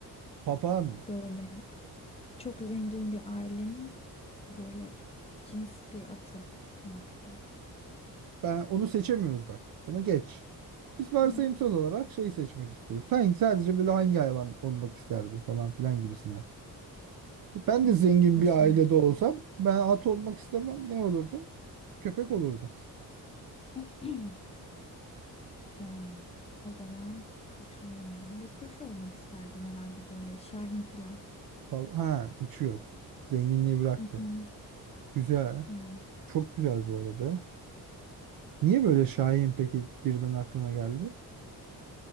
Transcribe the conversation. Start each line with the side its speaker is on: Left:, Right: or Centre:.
Right: Papağan mı?
Left: Böyle çok zengin bir ailenin böyle cins bir atı olmak isterdim.
Right: Ben onu seçemiyoruz bak. Onu geç. Biz varsayımsal
Left: Niye?
Right: olarak şey seçmek istiyoruz. Sen sadece böyle hangi hayvan olmak isterdin falan filan gibisinden. Ben
Left: Hmm,
Right: de zengin
Left: yaşam.
Right: bir ailede olsam ben at olmak istemem. Ne olurdum? Köpek olurdum.
Left: <clears throat> Yani o zaman düşünüyorum. Bir kuş olmak isterdim herhalde böyle şahin filan.
Right: Pa- Ha uçuyor. Zenginliği bıraktı.
Left: Hı hı.
Right: Güzel.
Left: Yani
Right: Çok güzel bu arada. Niye böyle
Left: evet.
Right: Şahin peki birden aklına geldi?